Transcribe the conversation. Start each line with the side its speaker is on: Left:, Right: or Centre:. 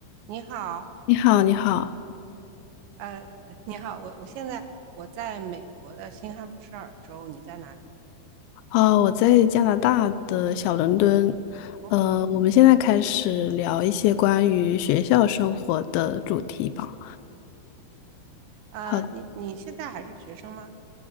Right: 你好，
Left: 你好，你好，
Right: 呃，你好，我我现在我在美国的新罕布什尔州，你在哪里？
Left: 哦，我在加拿大的小伦敦，
Right: 哦，
Left: 呃，我们现在开始聊一些关于学校生活的主题吧。
Right: 呃，
Left: 好，
Right: 你你现在还是学生吗？